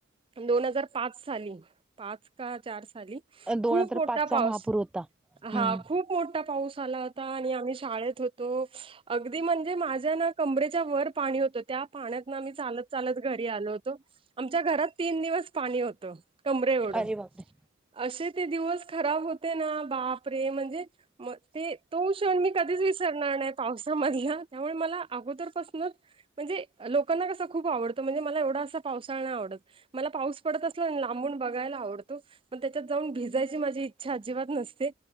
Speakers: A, on the right; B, in the centre.
A: दोन हजार पाच साली, पाच का चार साली.
B: दोन
A: खूप
B: हजार
A: मोठा
B: पाचचा
A: पाऊस.
B: महापूर होता
A: हा
B: हम्म
A: खूप खूप मोठा पाऊस आला होता, आणि आम्ही शाळेत होतो. अगदी म्हणजे माझ्या ना कमरेच्या वर पाणी होतं त्या पाण्यात ना आम्ही चालत चालत घरी आलो होतो. आमच्या घरात तीन दिवस पाणी होतं. कमरे एवढं.
B: अरे बापरे
A: असे ते दिवस खराब होते ना, बाप रे! म्हणजे म ते तो क्षण मी कधीच वीस सरणार नाही, पावसा मधला त्यामुळे मला अगोदर पासूनच म्हणजे लोकांना कसं खूप आवडतं म्हणजे, मला एवढा असा पावसाळा नाय आवडत. मला पाऊस पडत असला लांबून बघायला आवडतो, पण त्याच्यात जाऊन भिज- जायची माझी इच्छा अजिबात नसते,